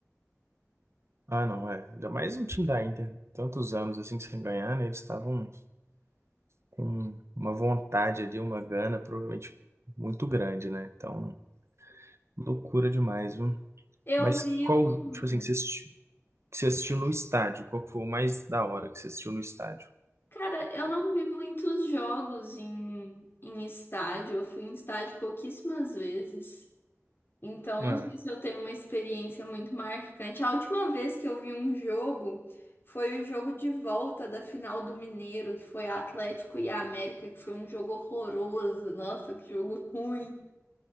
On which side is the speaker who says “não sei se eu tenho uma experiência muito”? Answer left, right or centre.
Left